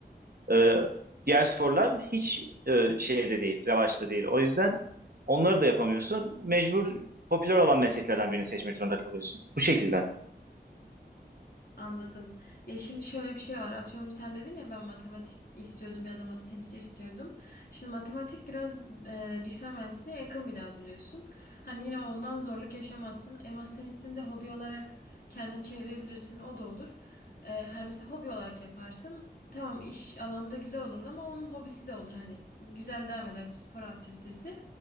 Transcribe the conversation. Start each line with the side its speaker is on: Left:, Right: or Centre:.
Right: E, diğer sporlar hiç e, şeyde değil, revaçta değil. O yüzden onları da yapamıyorsun. Mecbur popüler olan mesleklerden birini seçmek zorunda kalıyorsun. Bu şekilde.
Left: Anladım. Ya şimdi şöyle bir şey var. Atıyorum sen dedin ya ben matematik istiyordum ya da masa tenisi istiyordum. Şimdi matematik biraz e, bilgisayar mühendisliğine yakın bir dal biliyorsun. Hani yine ondan zorluk yaşamazsın. E masa tenisini de hobi olarak kendine çevirebilirsin. O da olur. E, hani mesela hobi olarak yaparsın. Tamam iş alanı da güzel olurdu ama onun hobisi de olur. Hani güzel devam eder bir spor aktivitesi.